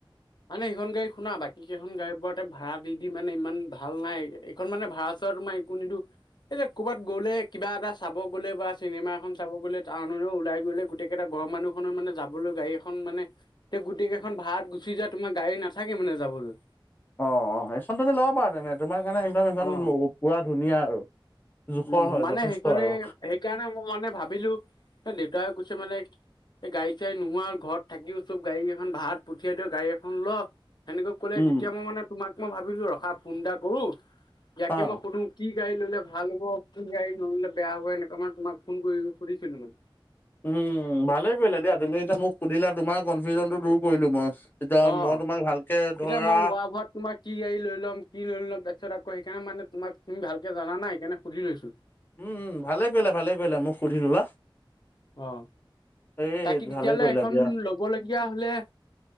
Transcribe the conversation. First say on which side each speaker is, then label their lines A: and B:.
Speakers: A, on the left; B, on the left.
A: মানে সেইখন গাড়ী শুনা বাকী কেইখন গাড়ীৰ বোৰত ততে ভাড়া দি দি মানে ইমান ভাল নাই এইখন মানে ভাড়া চাড়া তোমাৰ একো নিদিওঁ। এতিয়া ক'ৰবাত গ'লে কিবা এটা চাব গ'লে বা চিনেমা এখন চাব গ'লে। টাউনও ওলাই গ'লে গোটেইকেইটা ঘৰৰ মানুহখনৰ মানে যাবলৈ গাড়ী এখন মানে- তে গোটেই কেইখন ভাড়াত গুচি যায়, তোমাৰ গাড়ী নাথাকে মানে যাবলৈ।
B: অ' অ' সেইখন তুমি ল'ব পাৰা তেনে তোমাৰ কাৰণে একদম সেইখন
A: অ'।
B: পুৰা ধুনীয়া আৰু- জোখৰ
A: উম,
B: হয়
A: মানে
B: যথেষ্ট
A: সেইখনে
B: আৰু
A: সেইকাৰণে মই মানে ভাবিলো দেউতাই কৈছে মানে। এই গাড়ী চাড়ী নোহোৱা আৰু ঘৰত থাকিও চ'ব গাড়ী কেইখন ভাড়াত পঠিয়াই দিয়ও গাড়ী এখন ল- সেনেকৈ ক'লে
B: উম
A: তেতিয়া মই মানে তোমাক মই ভাবিলো ৰখা। ফোন এটা কৰো ইয়াকে
B: অ
A: মই সুধো কি গাড়ী ল'লে ভাল হ'ব কি গাড়ী নললে বেয়া হ'ব এনেক - তোমাক তোমাক ফোন কৰি সুধিছিলো মই।
B: উম, ভালেই পৰিলা দিয়া তুমি এতিয়া মোক সুধিলা তোমাৰ কনফিউজন টো দূৰ কৰিলো মই। এতিয়া
A: অ'
B: মই তোমাক ভালকে ধৰা
A: এতিয়া মই ৱাভূৱত তোমাৰ কি গাড়ী লৈ ল'ম কি লৈলম তাৰপাছতক - তো সেইকাণে মানে তোমাক ভালকে জানা না সেইকানে সুধি লৈছো।
B: উম, উম, ভালে কৰিলা ভালে কৰিলা।
A: অ'
B: এই
A: বাকী তেতিয়াৰে
B: ভালে
A: হ'লে
B: কৰিলা
A: এখন
B: দিয়া
A: ল'বলগীয়া হ'লে?